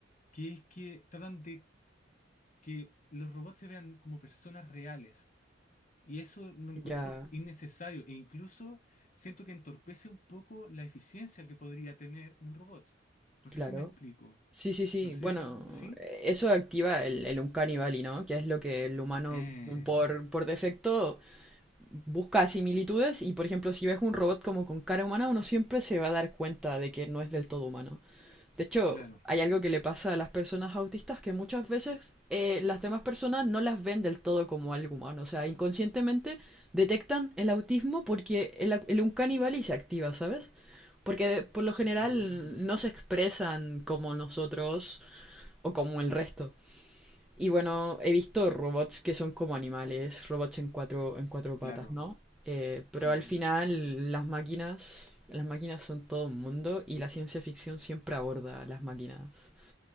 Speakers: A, on the left; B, in the centre.
A: que es que tratan de que los robots se vean como personas reales. Y eso lo encuentro
B: Ya,
A: innecesario e incluso siento que entorpece un poco la eficiencia que podría tener un robot. No
B: claro.
A: sé si me explico.
B: Sí, sí, sí.
A: No sé,
B: Bueno,
A: ¿sí?
B: eh, eso activa el, el Uncanny Valley, ¿no? Que es lo que el humano
A: Eh,
B: por, por defecto busca similitudes y, por ejemplo, si ves un robot como con cara humana, uno siempre se va a dar cuenta de que no es del todo humano. De hecho,
A: claro.
B: hay algo que le pasa a las personas autistas que muchas veces eh, las demás personas no las ven del todo como algo humano. O sea, inconscientemente detectan el autismo porque el, au- el Uncanny Valley se activa, ¿sabes? Porque de- por lo general
A: Mm,
B: no se expresan como nosotros o como el resto. Y bueno, he visto robots que son como animales, robots en cuatro, en cuatro
A: claro,
B: patas, ¿no? Eh, pero
A: sí.
B: al final las máquinas, las máquinas son todo un mundo y la ciencia ficción siempre aborda a las máquinas.